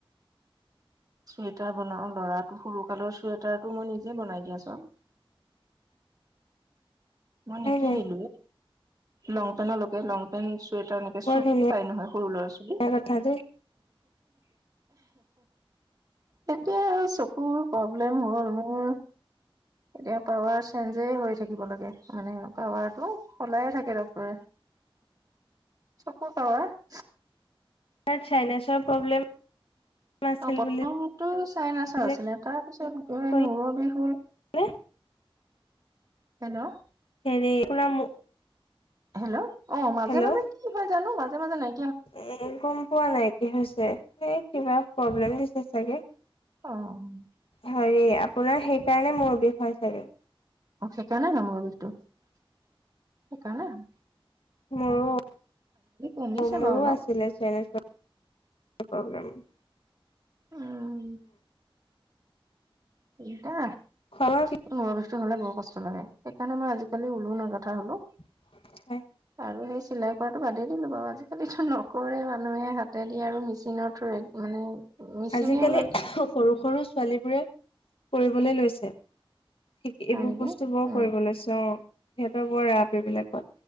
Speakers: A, on the right; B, on the left.
A: চুৱেটাৰ বনাও লৰাটো সৰু। কালৰ চুৱেটাৰটো মই নিজে বনাই দিয়া চব। মানে কি
B: যে
A: নিলো। লং পেন্টৰ লকে লং পেণ্ট। চুৱেটাৰ নকয়
B: বৰ
A: চুটাৰ
B: ধুনীয়া
A: নহয় সৰু ল'ৰা ছোৱালী।
B: কথা দেই
A: তেতিয়া আৰু চকুৰ। প্ৰব্লেম হ'ল মোৰ। এতিয়া পাৱাৰ চেঞ্জেই হৈ থাকিব লাগে, মানে পাৱাৰটো সলায়ে থাকে ডক্টৰে। চকুৰ পাৱাৰ।
B: অ', চাইনাচৰ প্ৰব্লেম। আছিল
A: অ', প্ৰথমতটো
B: বুলি
A: চাইনাচৰ
B: যে
A: আছিলে। তাৰপিছত এই
B: ক'লে
A: মূৰৰ বিহ হ'ল।
B: <unintelligible>
A: হেল্ল'
B: হেৰি, শুনা‍ মো
A: হেল্ল' অ', মাজে
B: হেল্ল'
A: মাজে কি হয় জানো? মাজে <unintelligible> নাই।
B: এ, গম পোৱা নাই কি হৈছে। এ, কিবা প্ৰব্লেম দিছে চাগে।
A: অ। অ
B: হেৰি, আপোনাৰ সেইকাৰণে মূৰৰ বিষ হয় চাগে।
A: অ', সেইকাৰণে নো মবাইলটো। সেইকাৰণে হয়।
B: মোৰো।
A: কমিছে
B: মোৰো
A: বাৰু অলপ
B: আছিলে চাইনাচ প্ৰব <unintelligible>
A: উম। <unintelligible> কা।
B: খোৱা বোৱা
A: মই বে সেইতো হ'লে বহু কষ্ট লাগে। সেই কাৰণে মই আজিকালি ঊলো নাগাথা হ'লো।
B: <unintelligible>
A: আৰু সেই চিলাক কৰাটো বাদেই দিলো বাৰু। আজিকালিটো ন কৰে মানুহে হাতে দি আৰু মিছ নৰ থ্ৰুৰে। মানে মেচিনে
B: আজিকালি
A: উলা
B: সৰু সৰু ছোৱালীবোৰে কৰিবলৈ লৈছে। থিক এইবোৰ
A: হয় নেকি
B: বস্তু বৰ
A: উম
B: কৰিব লৈছে অ সিহঁতৰ বৰ ৰাপ এইবিলাকত